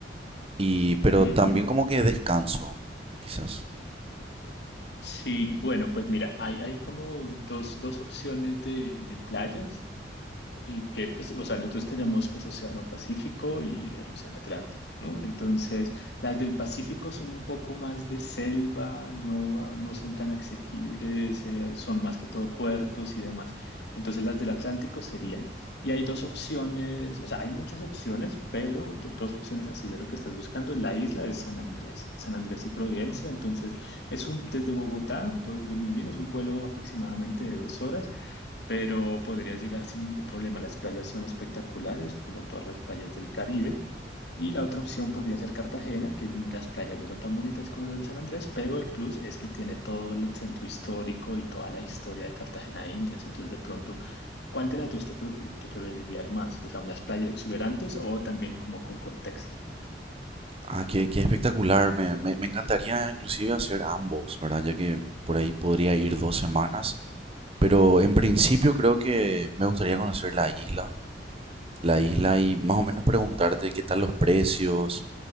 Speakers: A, on the right (about 30°); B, on the left (about 65°).
A: Y, pero
B: Mm,
A: también como que descanso, quizás.
B: sí, bueno, pues mira, hay, hay como dos, dos opciones de, de playas. Y que, pues, o sea, nosotros tenemos, pues, Océano Pacífico y el Océano Atlántico, ¿no? Entonces, las del Pacífico son un poco más de selva, no, no son tan asequibles, eh, son más que todo puertos y demás. Entonces, las del Atlántico serían, y hay dos opciones, o sea, hay muchas opciones, pero do- dos opciones así de lo que estás buscando, la isla de San Andrés, San Andrés y Providencia, entonces, es un, desde Bogotá, todo desde Medellín, es un vuelo aproximadamente de dos horas, pero podrías llegar sin ningún problema. Las playas son espectaculares, como todas las playas del Caribe. Y la otra opción podría ser Cartagena, que las playas no son tan bonitas como las de San Andrés, pero el plus es que tiene todo el centro histórico y toda la historia de Cartagena de Indias. Entonces, de pronto, ¿cuál de las dos te, pref- te preferirías más? O sea, unas playas exuberantes o también como con contexto.
A: Ah, qué, qué espectacular. Me, me, me encantaría inclusive hacer ambos, ¿verdad? Ya que por ahí podría ir dos semanas. Pero en principio creo que me gustaría conocer la isla, la isla y más o menos preguntarte qué tal los precios,